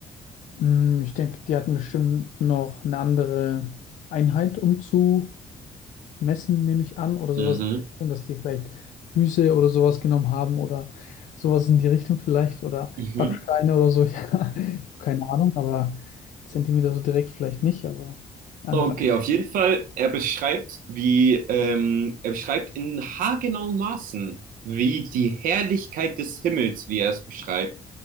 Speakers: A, on the left; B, on the right.
A: Hm, ich denke, die hatten bestimmt noch eine andere Einheit, um zu messen, nehme ich an, oder sowas
B: Mhm.
A: in die Richtung, dass die vielleicht Füße oder sowas genommen haben oder sowas in die Richtung vielleicht oder
B: Mhm.
A: Backsteine oder so. <laughs> Ja, keine Ahnung, aber Zentimeter so direkt vielleicht nicht, aber andere.
B: Okay, auf jeden Fall, er beschreibt, wie, ähm, er beschreibt in haargenauen Maßen, wie die Herrlichkeit des Himmels, wie er es beschreibt,